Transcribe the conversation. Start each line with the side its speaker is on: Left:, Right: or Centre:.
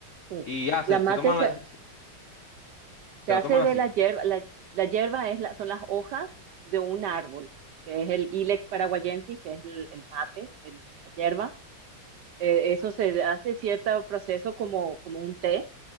Right: sí.
Left: Y ya,
Right: La
Left: se, se
Right: mate
Left: toman
Right: se,
Left: la- se se
Right: se hace
Left: la toman
Right: de
Left: así.
Right: la hierba, la, la hierba es la, son las hojas de un árbol, que es el Ilex paraguayensis, que es el, el mate, el- la hierba. Eh, eso se hace cierto proceso como, como un té